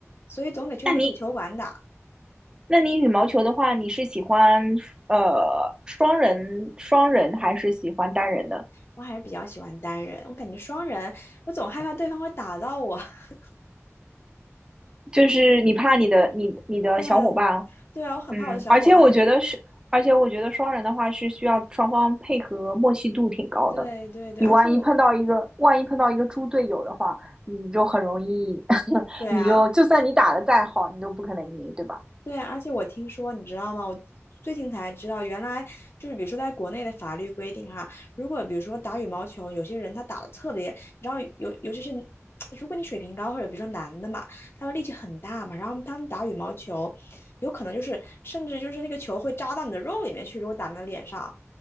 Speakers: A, on the left; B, on the right.
A: 所以总得去那个球馆打。
B: 那你，那你羽毛球的话，你是喜欢呃双人双人还是喜欢单人的？
A: 我还是比较喜欢单人，我感觉双人，我总害怕对方会打到我。<laughs>
B: 就是你怕你的你你的小伙伴
A: 对对啊，我很怕我的小伙伴。
B: 嗯，而且我觉得是，而且我觉得双人的话是需要双方配合默契度挺高的。
A: 对对对，
B: 你万一碰到一个，
A: 而且我，
B: 万一碰到一个猪队友的话，你就很容易，<laughs>
A: 对啊，
B: 你就就算你打的再好，你都不可能赢，对吧？
A: 对啊，而且我听说，你知道吗？我最近才知道，原来就是比如说在国内的法律规定哈，如果比如说打羽毛球，有些人他打的特别，你知道，尤尤其是如果你水平高，或者比如说男的嘛，他们力气很大嘛，然后他们打羽毛球，有可能就是甚至就是那个球会扎到你的肉里面去，如果打在脸上。